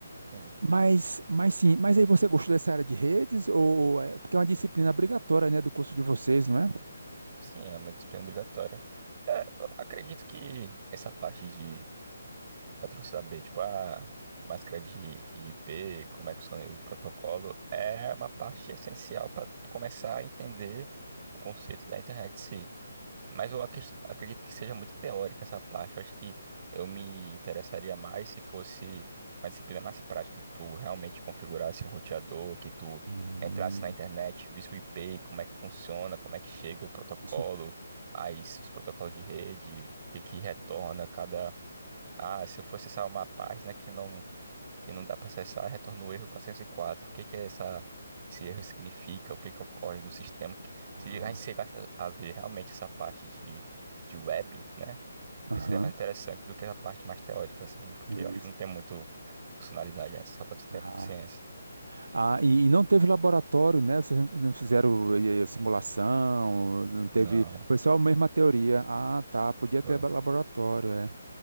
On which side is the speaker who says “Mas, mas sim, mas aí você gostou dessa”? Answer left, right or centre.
Right